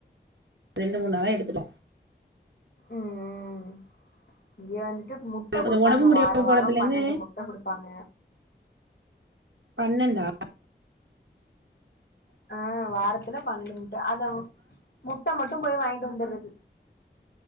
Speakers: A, on the right (about 80°); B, on the left (about 65°).
A: ரெண்டு மூணு <unintelligible>
B: ம் ம் இங்க வந்துட்டு முட் முட்ட
A: கொஞ்ச
B: குடுப்பாங்க
A: ஒடம்பு முடியாம
B: வாரோ வாரோ
A: போனதுலேந்து
B: பன்னெண்டு முட்ட குடுப்பாங்க
A: பன்னெண்டா
B: ஆ வாரத்துல பன்னெண்டு முட்ட அத முட்ட மட்டு போய் வாங்கிட்டு வந்தறது